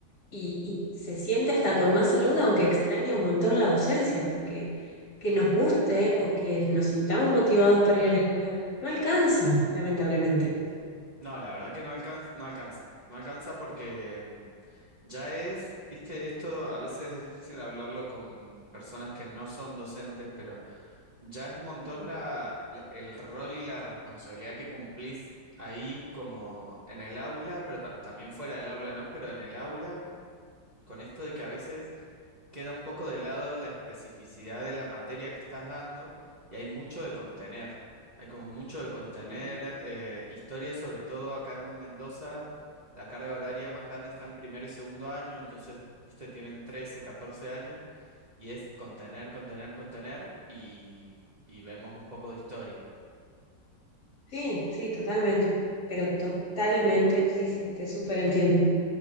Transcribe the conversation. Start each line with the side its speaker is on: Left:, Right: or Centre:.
Left: y, y se siente hasta con más salud, aunque extraña un montón la docencia, porque que
Right: claro.
Left: nos guste o que nos sintamos motivados para ir a la escuela no alcanza, lamentablemente.
Right: No, la verdad que no alcanza, no alcanza, no alcanza porque mm, ya es, viste, esto a veces es difícil hablarlo con personas que no son docentes, pero ya es un montón
Left: Ujú.
Right: la, la- el rol y la responsabilidad que cumplís ahí como en el aula, pero ta- también fuera del aula, ¿no? Pero en el aula con esto de que a veces queda un poco de lado la especificidad de la materia que estás dando y hay mucho de contener. Hay como mucho de contener
Left: Sí.
Right: eh, historias, sobre todo acá en Mendoza, la carga horaria más grande está en primero y segundo año, entonces, viste, tienen 13, 14 años y es contener, contener, contener y, y vemos un poco de historia.
Left: Sí, sí, totalmente. Pero totalmente, sí, sí, te súper entiendo.